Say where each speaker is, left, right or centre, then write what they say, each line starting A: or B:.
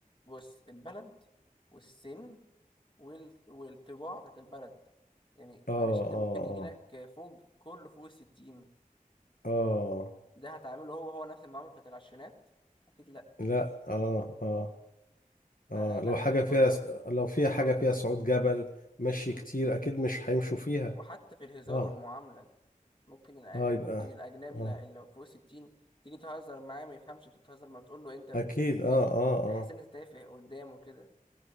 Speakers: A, on the left; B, on the left.
A: بص البلد والسن وال... والطباع بتاعت البلد يعني
B: اه
A: معلش انت ممكن
B: اه
A: يجي
B: اه
A: لك فوق كله فوق الستين
B: اه
A: ده هتعمله هو هو نفس المعاملة بتاعت العشرينات أكيد لأ
B: لا اه اه اه
A: فلا
B: لو حاجة
A: بيبقى كله
B: فيها لو فيها
A: اه
B: حاجة فيها صعود جبل مشي
A: مم.
B: كتير اكيد مش هيمشوا فيها
A: وحتى في الهزار
B: اه
A: والمعاملة ممكن الأ...
B: اه يبقى
A: ممكن الأجنبي
B: اه
A: لا- اللي فوق الستين تيجي تهزر معاه ما يفهمش انت بتهزر ما بتقول له انت
B: اكيد اه
A: بي...
B: اه اه
A: هيحس ان انت تافه قدامه كده